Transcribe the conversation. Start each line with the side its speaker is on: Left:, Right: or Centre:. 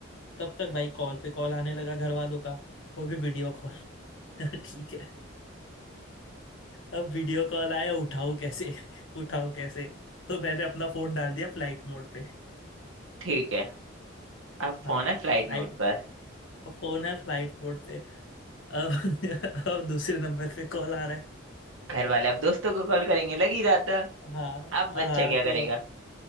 Left: तब तक भाई कॉल पे कॉल आने लगा घर वालों का वो भी वीडियो कॉल <laughs> ठीक है अब वीडियो कॉल आया उठाऊं कैसे <laughs> उठाऊं कैसे तो मैंने अपना फोन डाल दिया फ्लाइट मोड पे
Right: ठीक है अब
Left: हाँ
Right: फोन है फ्लाइट
Left: फ्लाइट
Right: मोड पर
Left: अब फोन है फ्लाइट मोड पे अब <laughs> अब दूसरे नंबर पे कॉल आ रहा है
Right: घर वाले अब दोस्तों को कॉल करेंगे लग ही रहा था
Left: हाँ
Right: अब बच्चा
Left: हाँ
Right: क्या
Left: तो
Right: करेगा